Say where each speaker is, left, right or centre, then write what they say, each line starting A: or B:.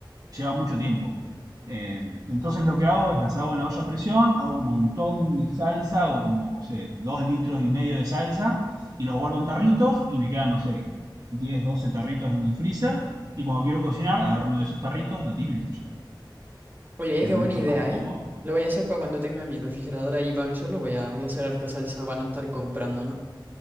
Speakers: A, on the right; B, on the right.
A: lleva mucho tiempo. Eh, entonces lo que hago es las hago en la olla a presión, hago un montón de salsa, hago como, no sé, dos litros y medio de salsa y los guardo en tarritos y me quedan, no sé, 10 12 tarritos en el freezer y cuando quiero cocinar, agarro uno de esos tarritos, lo tiro y listo, ya está.
B: Oye,
A: Es
B: qué
A: mucho
B: buena idea,
A: más cómodo.
B: ¿eh? Lo voy a hacer para cuando tenga mi refrigerador ahí para mí solo. Voy a, voy a hacer harta salsa para no estar comprando, ¿no?